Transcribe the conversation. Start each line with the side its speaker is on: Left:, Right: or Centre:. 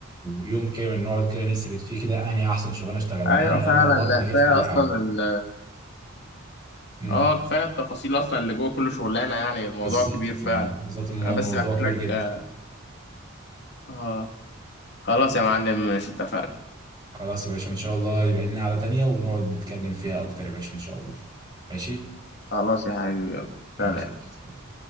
Right: يوم كامل نقعد كده نسرد فيه كده انهي احسن شغلانه اشتغلناها
Left: ايوه فعلا
Right: وقبضنا
Left: لا
Right: ايه
Left: كفايه
Right: في كل
Left: اصلا
Right: حاجه
Left: ال...
Right: امم
Left: اه كفايه التفاصيل اصلا اللي جوه كل شغلانه يعني الموضوع
Right: بالظبط
Left: كبير فعلا
Right: يعني بالظبط المو-
Left: انا بس
Right: الموضوع
Left: بحكي
Right: كبير
Left: لك
Right: جدا
Left: اه آه، خلاص يا معلم ماشي اتفقنا
Right: خلاص يا باشا ان شاء الله يبقى لنا قعده تانية ونقعد نتكلم فيها اكتر يا باشا ان شاء الله ماشي
Left: خلاص يا حبيبي يلا سلام
Right: ماشي يا باشا سلام